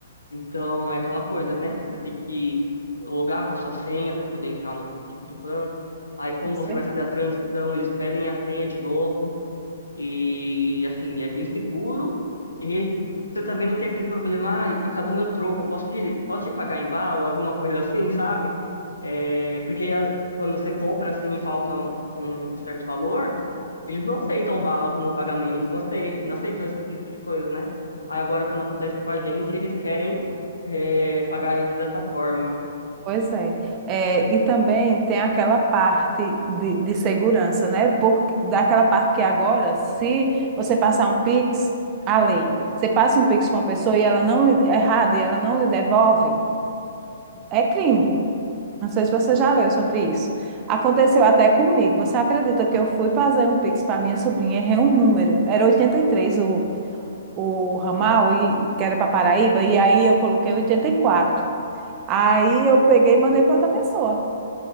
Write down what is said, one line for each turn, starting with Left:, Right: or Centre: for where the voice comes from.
Left: Então é aquela coisa, né? Você tem que logar com a sua senha para poder entrar no aplicativo do banco. Aí quando
Right: É sim.
Left: você vai fazer a transição, eles pedem a senha de novo. E assim, é bem seguro. E você também não tem aquele problema, ah, acabou meu troco, eu posso te, posso te pagar em bala, alguma coisa assim, sabe? É, porque a- quando você compra assim e falta um, um um certo valor, eles não aceitam bala como pagamento, não, acei- não aceitam esse tipo de coisa, né? Aí agora, quando acontece com a gente, eles querem é, pagar a gente dessa forma.
Right: Pois é. É, e também tem aquela parte de, de segurança, né? Porque, daquela parte que agora, se você passar um Pix, a lei, você passa um Pix para uma pessoa e ela não lhe, errado e ela não lhe devolve, é crime. Não sei se você já leu sobre isso. Aconteceu até comigo. Você acredita que eu fui fazer um Pix para minha sobrinha, errei um número. Era 83 o, o ramal, e, que era para Paraíba, e aí eu coloquei 84. Aí eu peguei e mandei para outra pessoa.